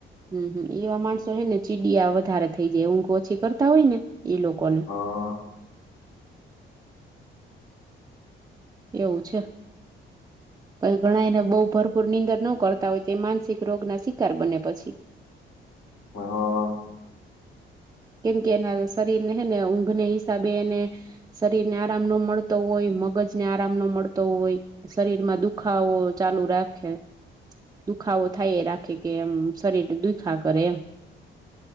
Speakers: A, on the right; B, on the left.
A: હમહમ એવા માણસો હે ને ચીડીયા વધારે થઈ જાય ઊંઘ ઓછી કરતા હોય ને એ લોકોને.
B: જાય
A: એવું છે. પણ ઘણા એને બહુ ભરપૂર નીંદર ન કરતા હોય છે માનસિક રોગ ના શિકાર બને પછી.
B: હ હા.
A: કેમ કે એના શરીર ને હે ને ઊંઘને હિસાબે એને શરીર ને આરામ ન મળતો હોય મગજને આરામ ન મળતો હોય શરીર માં દુખાવો ચાલુ રાખે. દુખાવો થાય એ રાખે કે એમ શરીર દુખા કરે એમ.